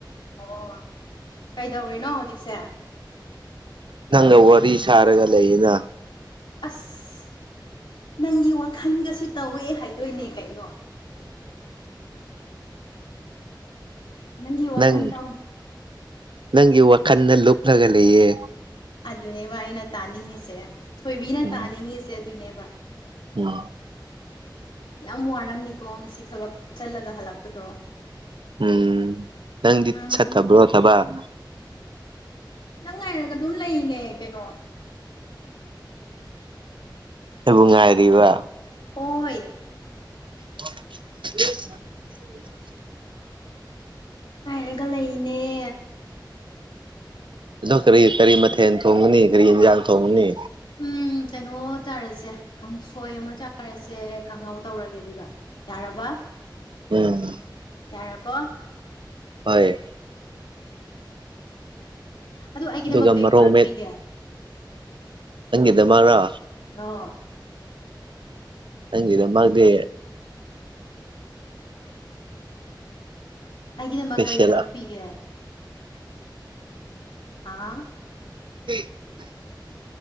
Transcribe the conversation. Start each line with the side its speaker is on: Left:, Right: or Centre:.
Left: ꯑꯣ ꯀꯩꯗꯧꯔꯤꯅꯣ ꯍꯧꯖꯤꯛꯁꯦ
Right: ꯅꯪꯒ ꯋꯥꯔꯤ ꯁꯥꯔꯒ ꯂꯩꯌꯦꯅ
Left: ꯑꯁ ꯅꯪꯒꯤ ꯋꯥꯈꯟꯒꯁꯨ ꯇꯧꯋꯦ ꯍꯥꯏꯗꯣꯏꯅꯦ ꯀꯩꯅꯣ ꯅꯪꯒꯤ ꯋꯥꯈꯜ
Right: ꯅꯪ
Left: ꯇꯧ
Right: ꯅꯪꯒꯤ ꯋꯥꯈꯜꯗ ꯂꯨꯞꯂꯒ ꯂꯩꯌꯦ
Left: ꯑꯗꯨꯅꯦꯕ ꯑꯩꯅ ꯇꯥꯅꯤꯡꯉꯤꯁꯦ ꯊꯣꯏꯕꯤꯅ
Right: ꯎꯝ
Left: ꯇꯥꯅꯤꯡꯉꯤꯁꯦ ꯑꯗꯨꯅꯦꯕ
Right: ꯎꯝ
Left: ꯌꯥꯝ ꯋꯥꯔꯝꯅꯤꯀꯣ ꯉꯁꯤ ꯊꯕꯛ ꯆꯠꯂꯒ ꯍꯜꯂꯛꯄꯗꯣ
Right: ꯎꯝ ꯅꯪꯗꯤ
Left: ꯎꯝ
Right: ꯆꯠꯇꯕ꯭ꯔꯣ ꯊꯕꯛ
Left: ꯅꯪ ꯉꯥꯏꯔꯒ ꯑꯗꯨꯝ ꯂꯩꯔꯤꯅꯦ ꯀꯩꯅꯣ
Right: ꯑꯩꯕꯨ ꯉꯥꯏꯔꯤꯕ
Left: ꯍꯣꯏ
Right: <inaudible>
Left: ꯅꯪ ꯉꯥꯏꯔꯒ ꯂꯩꯔꯤꯅꯦ
Right: ꯑꯗꯣ ꯀꯔꯤ ꯀꯔꯤ ꯃꯊꯦꯜ ꯊꯣꯡꯒꯅꯤ ꯀꯔꯤ ꯌꯦꯟꯖꯥꯡ ꯊꯣꯡꯅꯤ
Left: ꯎꯝ ꯀꯩꯅꯣ ꯆꯥꯔꯁꯦ ꯀꯥꯡꯁꯣꯏ ꯑꯃꯥ ꯆꯥꯔꯁꯦ ꯀꯥꯉꯧ ꯇꯧꯔꯒꯦ ꯑꯗꯨꯒ ꯌꯥꯔꯕ
Right: ꯎꯝ
Left: ꯌꯥꯔ‌ꯀꯣ
Right: ꯍꯣꯏ
Left: ꯑꯗꯨ ꯑꯩꯒꯤꯗꯃꯛ
Right: ꯑꯗꯨꯒ
Left: ꯀꯩ
Right: ꯃꯔꯣꯛ
Left: ꯄꯨꯔꯛꯄꯤꯒꯦ
Right: ꯅꯪꯒꯤ ꯗꯃꯛꯔꯣ
Left: <unintelligible>
Right: ꯅꯪꯒꯤ ꯗꯃꯛꯇꯤ
Left: ꯑꯩꯒꯤꯗꯃꯛ
Right: ꯏꯁꯄꯦꯁꯦꯜ
Left: ꯀꯔꯤ ꯄꯨꯔꯛꯄꯤꯒꯦ ꯍꯥꯥ
Right: <unintelligible>